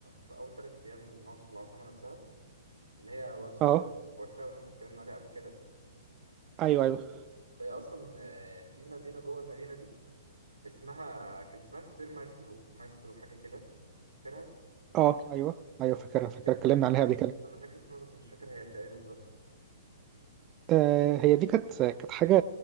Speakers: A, on the right; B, on the right.
A: في اول ثلاث ايام نقعد في العاصمه نفسها اللي هي وارساو
B: اه
A: وارساو اللي احنا اتكلمنا عليها قبل كده
B: ايوه ايوه
A: فهي اصلا آه، في مدينه جوه المدينه دي اسمها كان اسمها ستير مايسترو مايسترو حاجه كده فاكرها
B: اه ايوه ايوه فاكرها فاكرها
A: دي كانت
B: اتكلمنا
A: ايه بالظبط
B: عليها قبل كده
A: انا فاكر اسمها بس مش فاكر هي في ايه بالظبط
B: آه هي دي كانت كانت حاجة